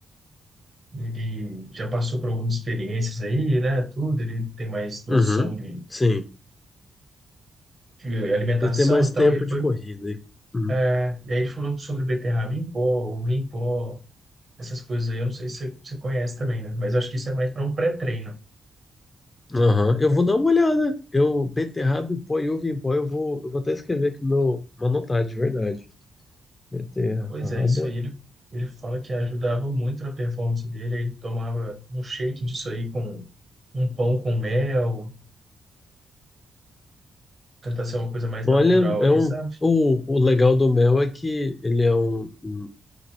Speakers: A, on the right; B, on the left.
A: ele já passou por algumas experiências aí, né? Tudo, ele tem mais noção
B: Uhum,
A: de,
B: sim.
A: de alimentação
B: Eu tenho mais
A: e
B: tempo
A: tal. E ele foi,
B: de corrida. E- Uhum.
A: né? E aí ele falou sobre beterraba em pó, uva em pó, essas coisas aí. Eu não sei se você, você conhece também, né? Mas acho que isso é mais para um pré-treino.
B: Aham. Eu vou dar uma olhada. Eu, beterraba em pó e uva em pó, eu vou, eu vou até escrever aqui no, uma notada, de verdade. Beterraba.
A: Pois é, isso aí ele, ele fala que ajudava muito na performance dele. Ele tomava um shake disso aí com Um pão com mel, tentar ser uma coisa mais
B: Olha,
A: natural
B: é
A: ali,
B: um,
A: sabe?
B: o, o legal do mel é que ele é um, um,